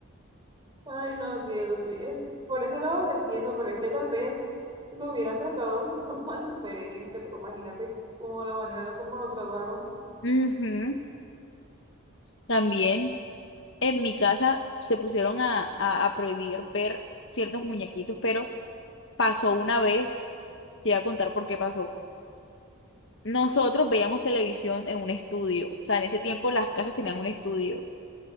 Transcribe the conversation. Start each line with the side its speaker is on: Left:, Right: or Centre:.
Right: Ay, no, sí, eso sí. es- por ese lado lo entiendo, pero es que tal vez lo hubieran tratado de una <laughs> forma diferente, pero imagínate cómo la manera como lo trataron.
Left: Ujú. También en mi casa se pusieron a, a, a prohibir ver ciertos muñequitos, pero pasó una vez, te voy a contar por qué pasó. Nosotros veíamos televisión en un estudio, o sea, en ese tiempo las casas tenían un estudio,